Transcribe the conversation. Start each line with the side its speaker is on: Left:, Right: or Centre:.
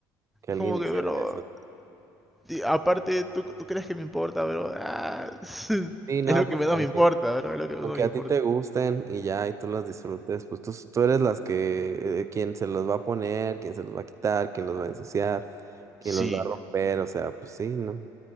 Right: que alguien
Centre: como
Right: hiciera
Centre: que, bro,
Right: eso.
Centre: y aparte, ¿tú, tú crees que me importa, bro? Ah, <laughs>
Right: Sí, no,
Centre: es lo
Right: pues
Centre: que menos
Right: con
Centre: me importa,
Right: que
Centre: bro, es lo que menos
Right: Aunque
Centre: me
Right: a
Centre: importa.
Right: ti te gusten y ya, y tú las disfrutes, pues tú, tú eres las que, eh, quien se los va a poner, quien se los va a quitar, quien los va a ensuciar, quien
Centre: Sí.
Right: los va a romper, o sea, pues sí, ¿no?